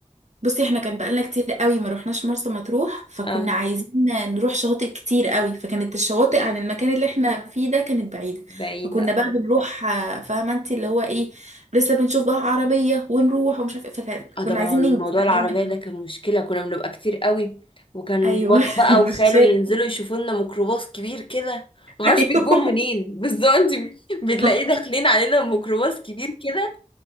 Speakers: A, on the right; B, on the left.
A: بصي احنا كان بقالنا كتير قوي ما روحناش مرسى مطروح فكنا
B: اه
A: عايزين نروح شواطئ كتير قوي فكانت الشواطئ عن المكان اللي احنا فيه ده كانت بعيدة
B: بعيدة
A: فكنا بقى بنروح آه، فاهمة انت اللي هو ايه لسه بنشوف بقى عربية ونروح ومش عارفة ايه فكنا
B: اه ده ما
A: عايزين
B: هو الموضوع
A: ننجز بقى
B: العربية
A: اليوم من قبل
B: ده كان مشكلة كنا بنبقى كتير قوي وكان
A: ايوه
B: بابا بقى
A: <laughs> مش
B: وخاله
A: فاكرة.
B: ينزلوا يشوفوا لنا ميكروباص كبير كده معرفش
A: ايوه
B: بيجيبوهم منين <laughs> بس ده انت بتلاقيه
A: <laughs>
B: داخلين علينا ميكروباص كبير كده